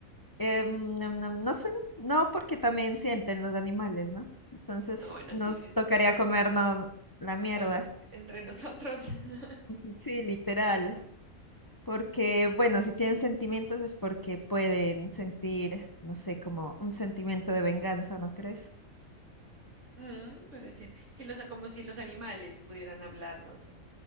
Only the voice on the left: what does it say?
eh, mm, nam, nam, no sé, no porque también sienten los animales, ¿no? Entonces
nos
tocaría
comernos la mierda,
<laughs> sí, literal. Porque, bueno, si tienen sentimientos es porque pueden sentir, no sé, como un sentimiento de venganza, ¿no crees?